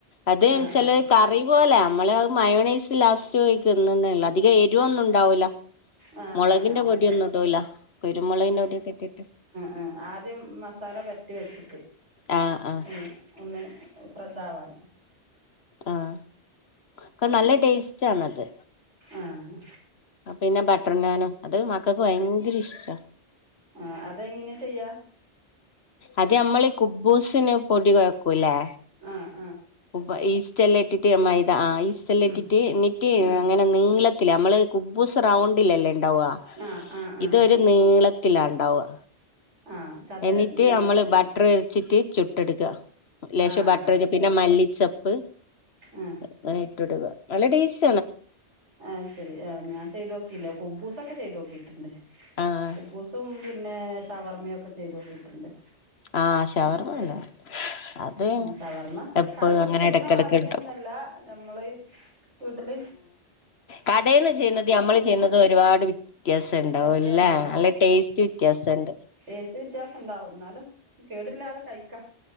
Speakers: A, on the left (about 65°); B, on the right (about 85°).
A: അത് അ
B: ആഹ്
A: ചില
B: ആഹ്
A: കറി പോലെ നമ്മള് മയോണൈസി ലാസ്ററ്റ് ഒഴിക്കുന്നയുള്ള അധികം എരിവൊന്നും ഉണ്ടാവൂല
B: ആ
A: മൊളകിന്റെ
B: ആ ആ ആ ആ
A: പൊടിയൊന്നും ഇടുലാ കുരുമൊളകിന്റെ പൊടിയൊക്കെ ഇട്ടിട്ട്
B: അഹ് ആദ്യം മസാല പൊര്ട്ടി വെച്ചിട്ട്
A: ആഹ് ആഹ്
B: ഒന്ന് ഒന്ന് പ്ര താവാൻ
A: ആഹ് ക്കെ നല്ല ടേസ്റ്റ് ആണ് അത്
B: ആഹ്
A: ആഹ് പിന്നെ ബട്ടർ നാനോ അത് മക്കെക്ക് ഭയങ്കര ഇഷ്ടാ
B: ആഹ് അത് എങ്ങെനെ ചെയ്യാ?
A: അത് ഞമ്മെൾ കുബ്ബുസിന് പൊടി കെഴക്കുലെ?
B: ആഹ്
A: <unintelligible> ഈസ്റ്റ് എല്ലാം ഇട്ടിട്ട് മൈദ ആഹ് ഈസ്റ്റ് എല്ലാം
B: ഉം
A: ഇട്ടിട്ട് ഇന്നെട്ട്
B: ഉം
A: അങ്ങനെ നീള ത്തിൽ അമ്മെൾ കുബ്ബൂസ് റൗണ്ടിൽ അല്ലെ ഇണ്ടാവാ
B: ആ ആ ആ
A: ഇതൊര് നീള ത്തിലാ ഇണ്ടാവാ
B: ആ ചതുര
A: എന്നിട്ട്
B: നീ
A: അമ്മെൾ
B: പിന്നെ
A: ബട്ടെർ വിര്ച്ചിട്ട് ചു ട്ട് എട്ക്കാ ലേശം
B: ആ
A: ബട്ടെർ
B: അത് ശരി
A: പിന്നെ മല്ലിച്ചെപ്പ്
B: ആ
A: ഇങ്ങെനെ ഇട്ടൊട്ക്കാ നല്ല ടേസ്
B: അഹ് ശരി ആഹ് ഞാൻ ചെയ്തോക്കിയില്ല കുബ്ബൂസൊക്കെ ചെയ്തോക്കി ക്കീട്ട് ഇണ്ട്
A: ആഹ്
B: കുബ്ബൂസും പിന്നെ ഷവെർ മ്മെ ഒക്കെ ചെയ്തോക്കീട്ട് ഇണ്ട്
A: ആഹ് ഷവർമ
B: മറ്റേ
A: അല്ല അത്
B: ആഹ് ഷവെർമ്മ
A: എപ്പോഴും
B: കടെൽ
A: അങ്ങനെ
B: ചെയ്യ്ണമാതിരി
A: ഇടക്കിടക്ക് ഉണ്ടാക്കും
B: ഒന്നും അല്ല ഞമ്മെൾ വീട്ട്ൽ
A: കടയിൽന്ന് ചെയ്യുന്നത് നമ്മള് ചെയ്യുന്നത് ഒരുപാട് വ്യത്യാസം ഉണ്ടാവും
B: വ്യത്യാസന
A: അല്ലേ നല്ല ടേസ്റ്റ് വ്യത്യാസണ്ട്
B: ടെസ്റ്റ്‌ വ്യത്യാസം ഉണ്ടാവും എന്നാലും കേടില്ലാതെ കഴിക്ക